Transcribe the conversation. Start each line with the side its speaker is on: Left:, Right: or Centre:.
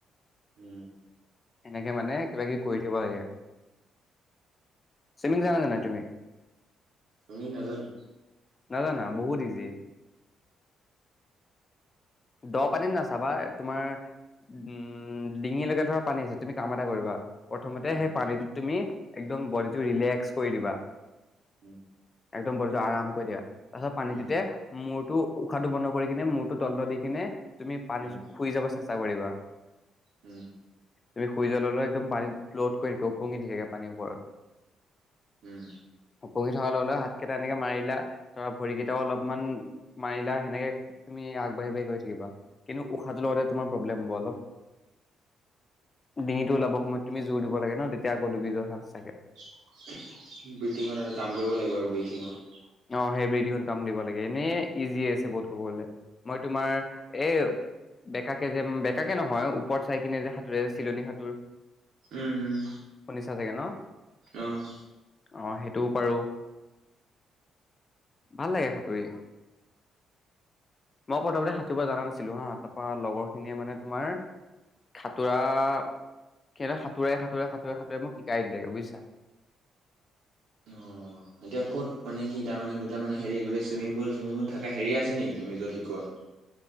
Right: উম
Left: এনেকে মানে কিবা কিবি কৰি থাকিব লাগে চুইমিং জানা নে নাই তুমি?
Right: চুইমিং নাজানো
Left: নাজানা বহুত ইজি দ পানীত নাচাবা তোমাৰ উম ডিঙিলৈকে ধৰা পানী আছে তুমি কাম এটা কৰিবা প্ৰথমতে
Right: উম,
Left: সেই পানীটো তুমি একদম বডিটো ৰিলেক্স কৰি দিবা
Right: উম
Left: একদম বডিটো আৰাম কৰি দিয়া তাৰপিছত পানীটোতে
Right: উম।
Left: মূৰ টো উশাহটো বন্ধ কৰি কিনে মূৰটো তল দি কিনে তুমি পানী
Right: উম,
Left: য শুই যাব চেষ্টা টা কৰিবা
Right: উম
Left: তুমি শুই যোৱাৰ লগে লগে একদম পানীত ফ্ল'ত কৰি থাকে ওপঙি থাকে পানীৰ ওপৰত
Right: উম
Left: ওপঙি থকাৰ লগে লগে হাতকেইটা এনেকে মাৰিলা ধৰা ভৰিকেইটাও অলপমান মাৰিলা সেনেকে তুমি আগবাঢ়ি বাঢ়ি গৈ থা কিবা কিন্তু উশাহটো লগতে তোমাৰ প্ৰব্লেম হ'ব অলপ ডিঙিটো ওলাব সময়ত তুমি জোৰ দিব লাগে ন তে তেতিয়া আকৌ ডুবি যোৱাৰ চান্স থাকে
Right: ব্ৰিথিঙত আৰু কাম কৰিব লাগিব আৰু ব্ৰিথিঙত
Left: অ সেই ব্ৰডিঙত কাম দিব লাগে এনে ইজি আছে বহুত ক'ব গ'লে মই তোমাৰ এ বেকাকে যে বেকাকে নহয় ওপৰত চাই কিনে যে সাঁতোৰে চিলনী সাঁতোৰ
Right: উম উম
Left: নিছা চাগে ন
Right: অহ
Left: অ সেইটোও পাৰোঁ ভাল লাগে সাঁতুৰি মই প্ৰথমতে সাঁতুৰিব জানা নাছিলো হা তাপা লগৰ খিনিয়ে মানে তোমাৰ সাতোৰা সিহঁতে সাঁতোৰাই সাঁতোৰাই সাঁতোৰাই সাঁতোৰাই মোক শিকাই দিলেগে বুয়িছা
Right: অ এতিয়া ক'ত মানে কি তাৰ মানে মিটা মানে হেৰি গৰি চুইমিং পুল চুইমিং পুল থাকে হেৰি আছে নেকি তুমি য'ত শিকোৱা